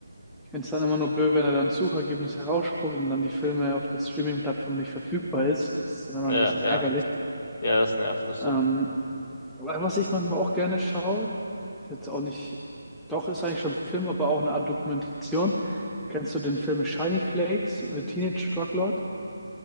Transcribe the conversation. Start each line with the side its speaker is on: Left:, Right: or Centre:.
Centre: Ich finde es dann immer nur blöd, wenn er dann Suchergebnis herausspuckt und dann die Filme auf der Streaming-Plattform nicht verfügbar ist. Das ist dann immer
Left: Ja,
Centre: ein bisschen
Left: ja,
Centre: ärgerlich.
Left: ja, das nervt, das stimmt.
Centre: Ähm, Aber Was ich manchmal auch gerne schaue, ist jetzt auch nicht, doch ist eigentlich schon ein Film, aber auch eine Art Dokumentation. Kennst du den Film Shiny Flakes, The Teenage Drug Lord?